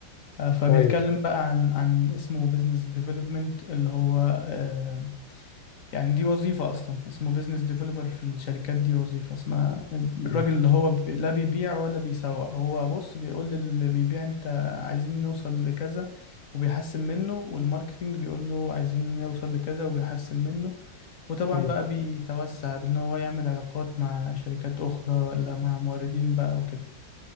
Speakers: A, on the left; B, on the left.
A: آه، فبيتكلم
B: ايوه
A: بقى عن عن اسمه بزنس ديفلوبمنت اللي هو آه، يعني دي وظيفة أصلا اسمه بيزنس ديفلوبر في الشركات دي وظيفة اسمها الراجل
B: مم.
A: اللي هو بي- لا بيبيع ولا بيسوق هو بص بيقول للي بيبيع أنت عايزين نوصل لكذا وبيحسن منه والماركتينج بيقول له عايزين نوصل لكذا وبيحسن منه وطبعا
B: مم.
A: بقى بيتوسع بأن هو يعمل علاقات مع شركات أخرى ولا مع موردين بقى وكده